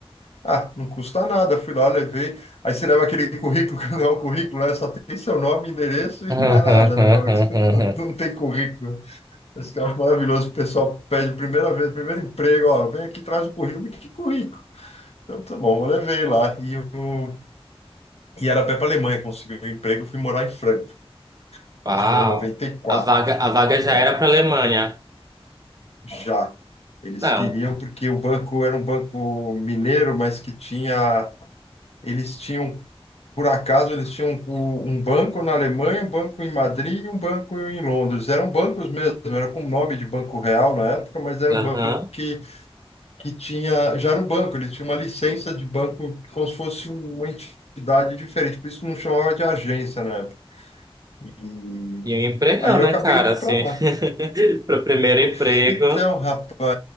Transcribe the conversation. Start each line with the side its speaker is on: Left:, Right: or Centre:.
Left: ah, não custa nada. Fui lá, levei. Aí você leva aquele currículo, <laughs> que não é um currículo, né? Só tem seu nome, endereço
Right: <laughs>
Left: e mais nada, né? Fala, <laughs> Não tem currículo. Esse que eu acho maravilhoso, o pessoal pede a primeira vez, primeiro emprego, ó, vem aqui, traz o currículo, Mas que currículo? Então, tá bom, eu levei lá. E, o... e era pé para Alemanha, consegui o um emprego, fui morar em Franco.
Right: Uau.
Left: Isso foi em 94,
Right: A vaga, a vaga já
Left: é,
Right: era pra Alemanha.
Left: já. Eles
Right: Não,
Left: queriam, porque o banco era um banco mineiro, mas que tinha. Eles tinham, por acaso, eles tinham um, um banco na Alemanha, um banco em Madrid e um banco em Londres. Eram bancos mesmo, era com o nome de Banco Real na época, mas era
Right: aham.
Left: um banco que que tinha, já era um banco, ele tinha uma licença de banco como se fosse uma entidade diferente, por isso que não chamava de agência na época. E
Right: E um empregão,
Left: aí eu
Right: né,
Left: acabei
Right: cara?
Left: indo
Right: Assim,
Left: para lá.
Right: <laughs> pro primeiro
Left: Pô,
Right: emprego.
Left: Então, rapaz,